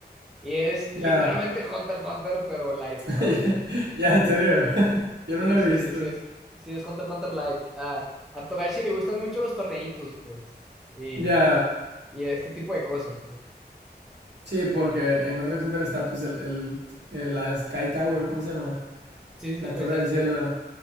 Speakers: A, in the centre; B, on the right (about 80°).
A: y es
B: Ya,
A: literalmente Hunter x Hunter, pero light,
B: <laughs>
A: ¿sabes?
B: ya, en serio. <laughs> Yo
A: Sí,
B: no lo he
A: sí,
B: visto.
A: sí, sí es, sí es Hunter x Hunter light. a a Togashi le gustan mucho los torneitos, pues, y,
B: Ya,
A: y este tipo de cosas, pues.
B: sí, porque en Contra Hunter está pues el, el, el- la Sky Tower, ¿cómo se llama?
A: Sí, sí,
B: La
A: policía
B: Torre del
A: del cielo.
B: Cielo.